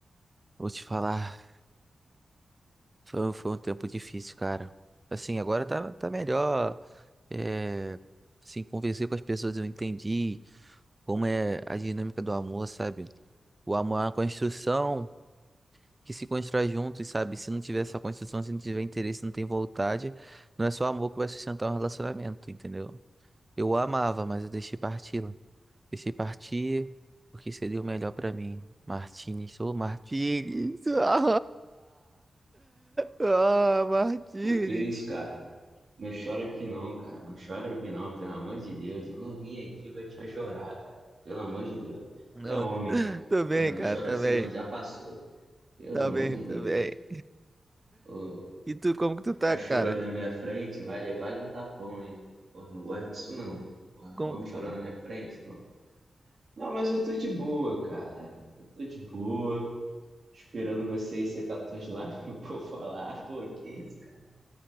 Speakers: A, on the right; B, on the right.
A: vou te falar, foi, foi um tempo difícil, cara. Assim, agora tá, tá melhor. É, assim, conversei com as pessoas, eu entendi como é a dinâmica do amor, sabe? O amor é uma construção. que se constrói juntos, sabe? Se não tiver essa construção, se não tiver interesse, não tem vontade, não é só amor que vai sustentar um relacionamento, entendeu? Eu a amava, mas eu deixei parti Deixei partir porque seria o melhor pra mim. Martínez, ô Martínez! <laughs> Ah, Martínez!
B: Pô, que isso, cara? Não chora aqui não, cara. Não chora aqui não, pelo amor de Deus. Eu não vim aqui pra te ver chorar, cara. Pelo amor de Deus.
A: Não,
B: Você é homem, cara.
A: tô bem,
B: Porra, não
A: cara,
B: chora
A: tá
B: assim
A: bem.
B: não, já passou. Pelo
A: Tá
B: amor
A: bem,
B: de
A: tá
B: Deus.
A: bem.
B: Ô,
A: E tu, como que tu
B: ficar
A: tá,
B: chorando
A: cara?
B: na minha frente vai levar um tapão, hein? Porra, não gosto disso, não. Porra,
A: Com...
B: homem chorando na minha frente, não. Não, mas eu tô de boa, cara. Eu tô de boa, esperando você aí secar tuas lágrimas, <laughs> pô, falar. Pô, que isso, cara?